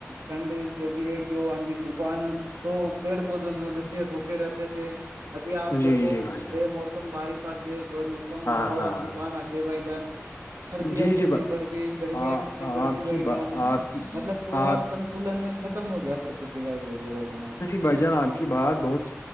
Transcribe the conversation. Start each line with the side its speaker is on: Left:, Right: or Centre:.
Right: ٹھنڈ جو بھی ہے جو آندھی طوفان تو پیڑ پودوں کی وجہ سے رکے رہتے تھے ابھی آپ دیکھو
Left: جی جی بھائی جان
Right: بے موسم بارش آتی ہے بے موسم
Left: ہاں
Right: ہا
Left: ہاں
Right: طوفان آتے بھائی جان سردیاں
Left: جی
Right: کتنی
Left: جی
Right: بڑھ گئی گرمیاں
Left: ہاں
Right: کتنی
Left: آپ
Right: بڑھ گئی بھائی
Left: کی
Right: جان
Left: آپ کی
Right: مطلب پورا
Left: آپ
Right: سنت تلن ختم ہو گیا پرکرتی کا دیکھ لوگ جان آپ
Left: بھ جان آپ کی بات بہت